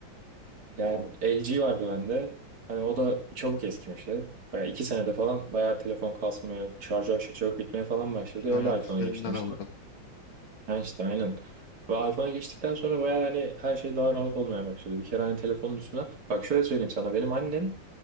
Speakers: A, on the right (about 55°); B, on the left (about 80°).
A: Yani LG vardı bende. Hani o da çabuk eskimişti. Bayağı iki senede falan bayağı telefon kasmaya, şarjı aşırı çabuk bitmeye falan başladı.
B: Bilmiyorum
A: Öyle
B: kuzenimde
A: iPhone'a geçtim
B: de
A: işte.
B: vardı.
A: Ha işte aynen. Ve iPhone'a geçtikten sonra bayağı hani her şey daha rahat olmaya başladı. Bir kere hani telefonun üstüne. Bak şöyle söyleyeyim sana. Benim annem